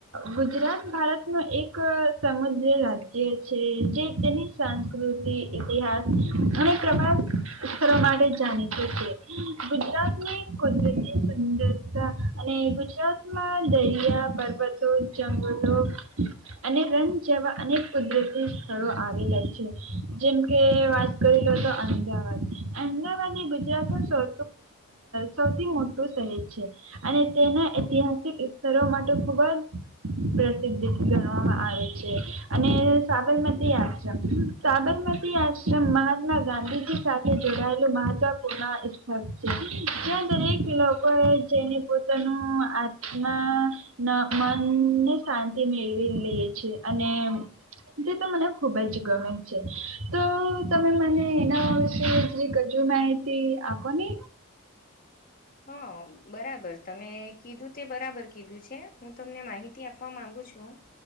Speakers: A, on the right; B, on the left.
A: ગુજરાત ભારત નું એક સમુદ્ર રાજ્ય છે, જે તેની સંસ્કૃતિ ઇતિહાસ અને પ્રભઆત માટે જાણીત છે, ગુજરાતની કુદરતી સુંદરતા અને ગુજરાતમાં દરિયા, પર્વતો જંગલો અને રણ જેવા અનેક કુદરતી સ્થળો આવેલા છે, જેમકે વાત કરી લો તો અમદાવાદ અમદાવાદની ગુજરાત ન સૌ સૌથી, મોટું શહેર છે, અને તેના ઐતિહાસિક સ્તરો માટે, ખુબજ. પ્રસિદ્ધ ગણવામાં આવે છે, અને સાબરમતી યા છે, સાબર માતી, આશ્રમ મહાત્મા ગાંધીજી સાથે જોડાયેલું મહત્વપૂર્ણ સ્થક છે, જ્યાં દરેક લોકો જેને પોતાના ના આત્મા મનને શાંતિ મેળવી લે છે, અને એતો મને ખુબજ ગમે છે, તો તમે મને એના વિસય થોડીક, હજુ માહિતી આપોને?
B: હા, બરાબર તમે કીધું તે બરાબર કીધું છે, હું તમને માહિતી આપવા માંગ ગુ છું,